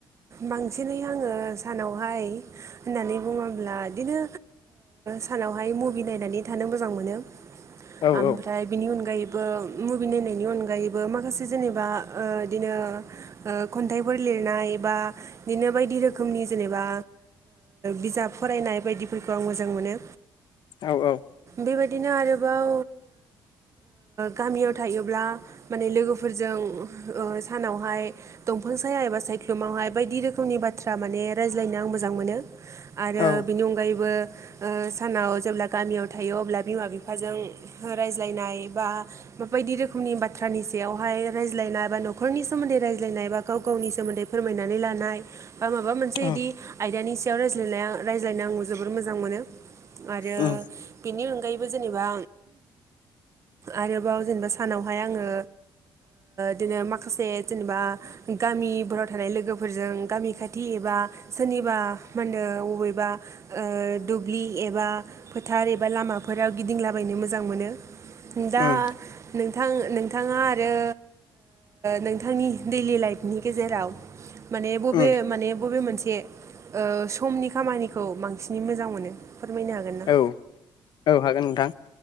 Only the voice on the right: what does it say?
बांसिनै आङो सानावहाय होननानै बुङोब्ला बिदिनो सानावहाय मुभि नायनानै थांयो थानो मोजां मोनो
ओमफ्राय
बिनि अनगायैबो मुभि नायनायनि अनगायैबो माखासे जेनेबा बिदिनो खन्थाइफोर लिरनाय बा बिदिनो बायदि रोखोमनि जेनेबा बिजाब फरायनाय बायदिफोरखौ आं मोजां मोनो
बेबायदिनो आरोबाव गामियाव थायोब्ला माने लोगोफोरजों <unintelligible> सानावहाय दंफां साया एबा सायख्लुमावहाय बायदि रोखोमनि बाथ्रा माने रायज्लायनो आं मोजां मोनो आरो
बेनि अनगायैबो सानाव जेब्ला गामियाव थायो अब्ला बिमा बिफाजों रायज्लायनाय बा बायदि रोखोमनि बाथ्रानि सायावहाय रायज्लायनाय बा नखर न'खरनि सोमोन्दै रायज्लायनाय बा गाव गावनि सोमोन्दै फोरमायनानै लानाय बा माबा मोनसे
बिदि आयदानि सायाव रायज्लायनाय रायज्लायनो आं जोबोर मोजां मोनो आरो
बेनि अनगायैबो जेनेबा आरोबाव जेनेबा सानावहाय आङो बिदिनो माखो माखासे जेनेबा गामिफोराव थानाय लोगोफोरजों गामि खाथि एबा सोरनिबा मा होनो बबेबा दुब्लि एबा फोथार एबा लामाफोराव गिदिंलाबाय नो मोजां मोनो दा
नोंथ नोंथाङा आरो नोंथांनि दैयलि लाइफनि गेजेराव माने बबे
माने बबे मोन मोनसे समनि खामानिखौ बांसिनै मोजां मोनो फोरमायनो हागोन ना